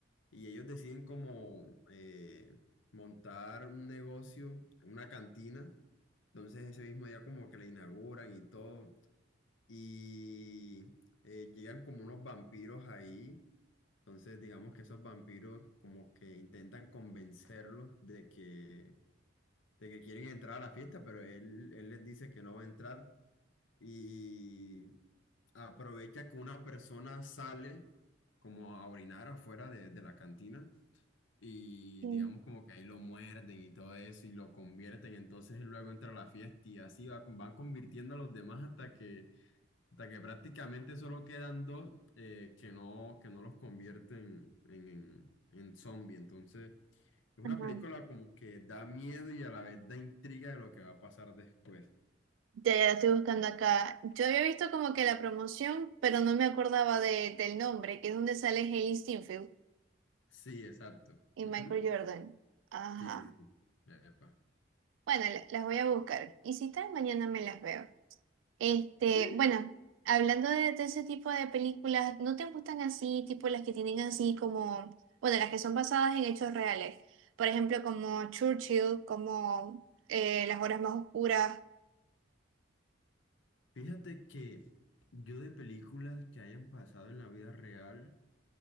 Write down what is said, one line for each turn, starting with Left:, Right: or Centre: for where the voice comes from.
Left: y ellos deciden como eh, montar un negocio, una cantina. Entonces ese mismo día como que la inauguran y todo y eh, llegan como unos vampiros ahí. Entonces digamos que esos vampiros como que intentan convencerlos de que, de que quieren entrar a la fiesta, pero él, él les dice que no va a entrar. y aprovecha que una persona sale como a orinar afuera de, de la cantina y
Right: Mm,
Left: digamos como que ahí lo muerden y todo eso y lo convierten, entonces él luego entra a la fiesta y así va, van convirtiendo a los demás hasta que, hasta que prácticamente solo quedan dos eh, que no, que no los convierten en, en, en zombie, entonces... Es una
Right: ajá.
Left: película como que da miedo y a la vez da intriga de lo que va a pasar después.
Right: Ya, ya la estoy buscando acá. Yo había visto como que la promoción, pero no me acordaba de, del nombre, que es donde sale Hailee Steinfeld
Left: Sí, exacto.
Right: y
Left: Ujú.
Right: Michael Jordan. Ajá.
Left: Sí, sí, sí. Sí, Epa.
Right: Bueno, la- las voy a buscar. Y si tal, mañana me las veo. Este,
Left: Sí,
Right: bueno, hablando de, de ese tipo de películas, ¿no te gustan así, tipo las que tienen así como, bueno, las que son basadas en hechos reales? Por ejemplo, como Churchill, como eh, Las horas más oscuras.
Left: fíjate que yo de películas que hayan pasado en la vida real,